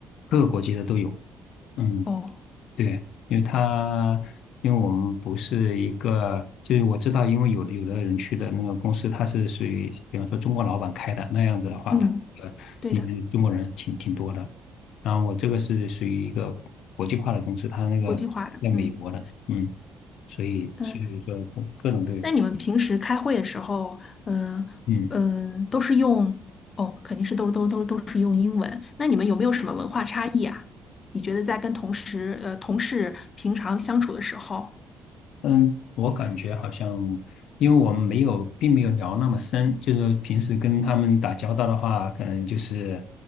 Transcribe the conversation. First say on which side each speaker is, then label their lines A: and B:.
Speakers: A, on the left; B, on the left.
A: 各个国籍的都有。嗯，
B: 哦，
A: 对，因为他，因为我们不是一个，就是我知道，因为有的有的人去的那个公司，它是属于，比方说中国老板开的那样子的话，
B: 嗯，
A: 它呃里面中国人挺挺多的。
B: 对的，
A: 然后我这个是属于一个国际化的公司，它那个在美国的，
B: 国际化的。嗯
A: 嗯，所以所以说各各种都有，
B: 嗯。那你们平时开会的时候，嗯、
A: 嗯。
B: 嗯、都是用哦，肯定是都都都都是用英文。那你们有没有什么文化差异啊？你觉得在跟同事呃同事平常相处的时候，
A: 嗯，我感觉好像，因为我们没有，并没有聊那么深，就是平时跟他们打交道的话，可能就是，